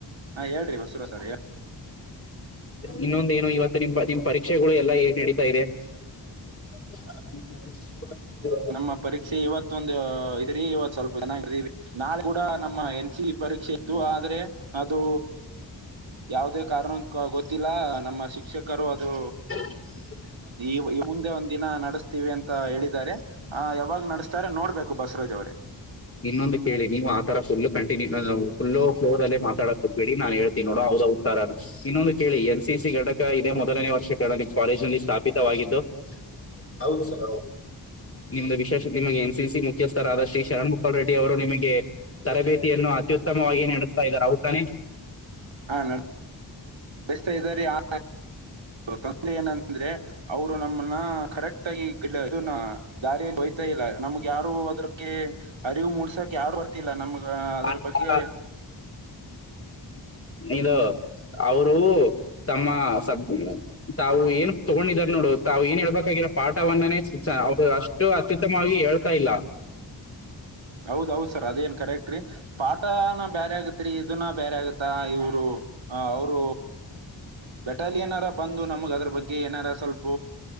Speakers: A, on the right; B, on the left.
A: ಹಾ ಹೇಳ್ರಿ ಬಸವರಾಜ್ ಅವ್ರೆ
B: ಇನ್ನೊಂದೇನು ಇವತ್ತು ನಿಮ ನಿಮ್ ಪರೀಕ್ಷೆಗಳು ಎಲ್ಲಾ ಹೇಗ್ ನಡೀತಾ ಇದೆ <unintelligible>
A: ನಮ್ಮ ಪರೀಕ್ಷೆ ಇವತ್ತು ಒಂದು ಇದ್ರಿ ಇವತ್ ಸ್ವಲ್ಪ ದೀವಿ ನಾಳೆ ಕೂಡ ನಮ್ಮ ಎನ್ ಸಿ ಪರೀಕ್ಷೆ ಇತ್ತು ಆದ್ರೆ ಅದು ಯಾವುದೇ ಕಾರಣ ಗೊತ್ತಿಲ್ಲ ನಮ್ಮ ಶಿಕ್ಷಕರು ಅದು
B: <inaudible>
A: ಈ ಮುಂದೆ ಒಂದ್ ದಿನ ನಡಸ್ತೀವಿ ಅಂತ ಹೇಳಿದ್ದಾರೆ ಆ ಯಾವಾಗ್ ನಡೆಸ್ತಾರೆ ನೋಡ್ಬೇಕು. ಬಸರಾಜ್ ಅವ್ರೇ
B: ಇನ್ನೊಂದು ಕೇಳಿ ನೀವು ಆತರ ಫುಲ್ಲ ಕಂಟನ್ಯೂ ಫುಲ್ಲ ಫಲೋರ್ ಅಲ್ಲೆ ಮಾತಾಡಬೇಡಿ ನಾನ್ ಹ ನೋಡ ಹ ಉತ್ತರನಾ ಇನ್ನೊಂದು ಕೇಳಿ ಎನ್. ಸಿ. ಸಿ ಘಟಕ ಇದೇ ಮೊದಲನೇ ವರ್ಷ ಕ ಕಾಲೇಜ್ನಲ್ಲಿ ಸ್ಥಾಪಿತವಾಗಿದ್ದು. ಹೌದು ಸರ್ ಹೌದು ನಿಮ್ದ ವಿಶೇಷ ನಿಮಗೆ ಎನ್. ಸಿ. ಸಿ ಮುಖ್ಯಸ್ಥರ ಶ್ರೀ ಶರಣ್ ರೆಡ್ಡಿ ಅವರು ನಿಮಗೆ ತರಬೇತಿಯನ್ನು ಅತ್ಯುತ್ತಮವಾಗಿ ನಡೆಸ್ತಾ ಇದ್ದಾರೆ ಅವ್ದ್ ತಾನೆ.
A: ಹಾ ನಷ್ಟತ ಇದ್ದಾರೆ <unintelligible> ಆ ತಂದೆ ಏನಂದ್ರೆ ಅವರು ನಮ್ಮನ್ನ ಕರೆಕ್ಟ್ ಆಗಿ ಗ ದಾರಿಯಲ್ಲಿ ಹಯ್ತಾ ಇಲ್ಲ ನಮ್ಗೆ ಯಾರು ಅದ್ರ ಬಗ್ಗೆ <inaudible> ಅರಿವು ಮೂಡ್ಸಾಕ್ ಯಾರು ಬರ್ತಿಲ್ಲ ನಮ್ಗ ಅದ್ರ
B: ಆಯ್ತಾ
A: ಬಗ್ಗೆ
B: ಇದು ಅವರು ತಮ್ಮ ಸಭ <inaudible> ತಾವು ಏನ್ ತಗೊಂಡಿದಾರ ನೋಡು ತಾವು ಏನ್ ಹೇಳ್ಬೇಕಾಗಿರ ಪಾಠ ಒನ್ ಚಾ ಅವ್ರು ಅಷ್ಟು ಅತ್ಯುತ್ತಮವಾಗಿ ಹೇಳ್ತಾ ಇಲ್ಲ
A: ಹೌದೌದು ಸರ್ ಅದೇನ್ ಕರೆಕ್ಟ್ ರೀ ಪಾಠನಾ ಬೇರೆ ಆಗತ್ರಿ ಇದನ್ನ ಬೇರೆ ಆಗತ್ತ ಇವ್ರು ಅ ಅವರು ಬೇಟಾಲಿಯನ್ ಹೇನಾರ ಬಂದು ನಮಗ್ ಅದ್ರ ಬಗ್ಗೆ ಏನಾರ ಸ್ವಲ್ಪ